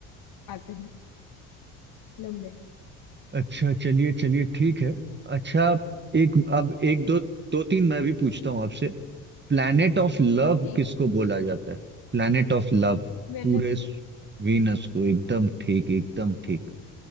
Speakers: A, on the left; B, on the right.
A: आते हैं लंबे
B: अच्छा चलिए चलिए ठीक है अच्छा एक अब एक दो दो तीन मैं भी पूछता हूँ आपसे प्लैनेट ऑफ लव
A: ठीक
B: किसको
A: है पूछे
B: बोला जाता है प्लैनेट ऑफ लव पूरे
A: वेनिस
B: वीनस को एकदम ठीक एकदम ठीक